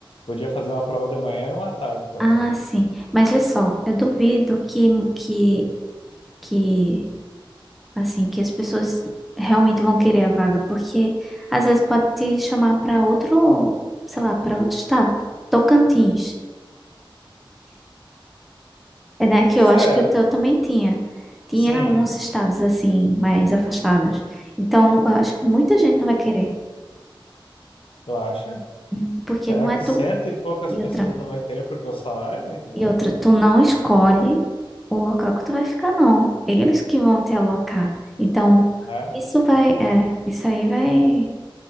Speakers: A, on the left; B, in the centre.
A: Podia fazer uma prova de manhã e uma à tarde, por
B: Ah,
A: exemplo.
B: sim. Mas vê só, eu duvido que, que, que, assim, que as pessoas realmente vão querer a vaga, porque às vezes pode te chamar para outro, sei lá, para outro estado. Tocantins. É, né? Que
A: Isso
B: eu acho
A: é,
B: que o teu também tinha. Tinha
A: sim,
B: uns estados assim, mais afastados. Então, eu acho que muita gente não vai querer.
A: Tu acha?
B: Hum. Porque
A: Será
B: não é
A: que
B: tu.
A: cento e poucas
B: E
A: pessoas
B: outra,
A: não vai querer porque o salário é muito bom?
B: e outra, tu não escolhe o local que tu vai ficar, não. Eles que vão te alocar. Então,
A: É?
B: isso vai, é, isso aí vai,